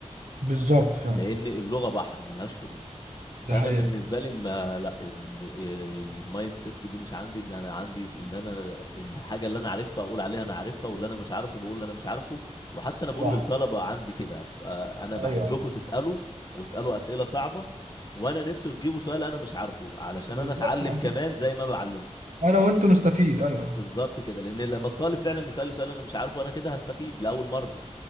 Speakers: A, on the right; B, on the left.
A: بالظبط فعلا
B: لان اللغه بحر ملهاش حدود فانا
A: ده حقيقه
B: بالنسبه لي ما لا إن المايند سيت دي مش عندي ان انا عندي اللي انا الحاجه اللي انا عارفها اقول عليها انا عارفها واللي انا مش عارفه بقول اللي انا مش عارفه وحتى انا بقول
A: صح
B: للطلبه عندي كده آه، انا بحبكم
A: ايوه ايوه
B: تسالوا واسالوا اسئله صعبه وانا نفسي تجيبوا سؤال انا مش عارفه علشان
A: بالظبط
B: انا اتعلم كمان
A: عشان
B: زي ما بعلمكم
A: انا وانت نستفيد ايوه
B: بالظبط كده لان لما الطالب فعلا يسأل لي سؤال انا مش عارفه انا كده هستفيد لاول مره